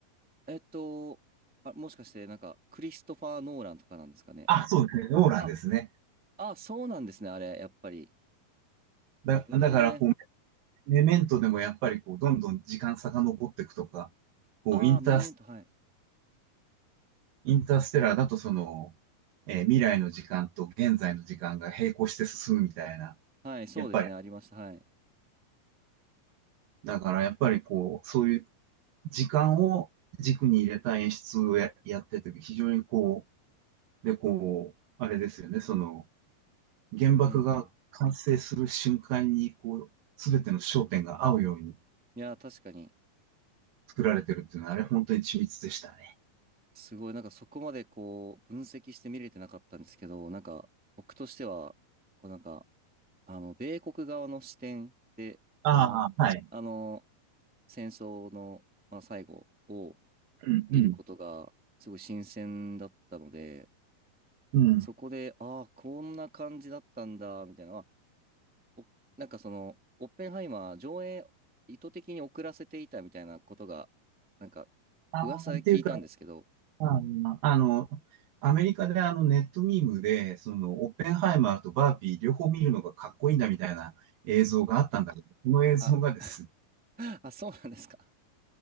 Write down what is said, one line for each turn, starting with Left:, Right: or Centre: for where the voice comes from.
Centre: えっと、あ、もしかしてなんかクリストファー・ノーランとかなんですかね。
Right: あ、そうですね。ローランですね。
Centre: あ、あ、そうなんですね、あれ、やっぱり。
Right: だ、
Centre: ええ
Right: だから、こう、メメントでもやっぱり、こう、どんどん時間遡っていくとか、こう、
Centre: ああー、
Right: インタース、
Centre: メメント、はい。
Right: インターステラーだと、その、えー未来の時間と現在の時間が並行して進むみたいな、
Centre: はい、そうですね、
Right: やっぱり、
Centre: ありました。はい。
Right: だから、やっぱり、こう、そういう時間を軸に入れた演出をや、やってて、非常にこう、で、こう、あれですよね、その、原爆が完成する瞬間に、
Centre: うんうん。
Right: こう、すべての焦点が合うように、
Centre: いや、確かに。
Right: 作られてるっていうのは、あれ本当に緻密でしたね。
Centre: すごい、なんかそこまでこう、分析して見れてなかったんですけど、なんか僕としては、こうなんか、あの、米国側の視点で、
Right: ああ、
Centre: その、
Right: はい。
Centre: あの、戦争の、まあ、最後を
Right: うんうん。
Centre: 見ることが、すごい新鮮だったので、
Right: うん。
Centre: そこで、ああ、こんな感じだったんだ、みたいな、はおなんかその、オッペンハイマー上映意図的に遅らせていたみたいなことが、なんか、
Right: ああ、
Centre: 噂で聞いたんですけど、
Right: っていうか、あの、あのアメリカであのネットミームで、そのオッペンハイマーとバービー両方見るのがかっこいいんだみたいな映像があったんだけど、その映像がですね、
Centre: あ、<laughs> あ、そうなんですか。